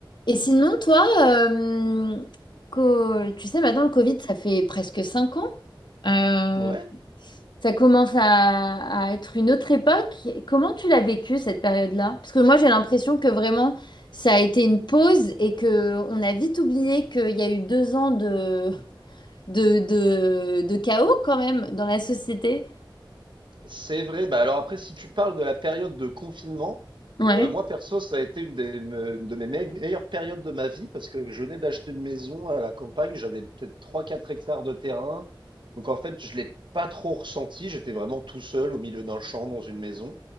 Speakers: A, on the left (about 60°); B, on the right (about 70°).
A: Et sinon, toi, euh, co- tu sais, maintenant le Covid, ça fait presque 5 ans. Euh,
B: Ouais,
A: Ça commence à, à être une autre époque. Comment tu l'as vécu cette période-là? Parce que moi, j'ai l'impression que vraiment, ça a été une pause et que on a vite oublié qu'il y a eu deux ans de, de, de, de chaos quand même dans la société.
B: c'est vrai. Bah alors après, si tu parles de la période de confinement,
A: ouais.
B: euh, moi perso, ça a été une, des, me- une de mes me- meilleures périodes de ma vie parce que je venais d'acheter une maison à la campagne. J'avais peut-être trois quatre hectares de terrain. Donc en fait, je l'ai pas trop ressenti. J'étais vraiment tout seul au milieu d'un champ dans une maison.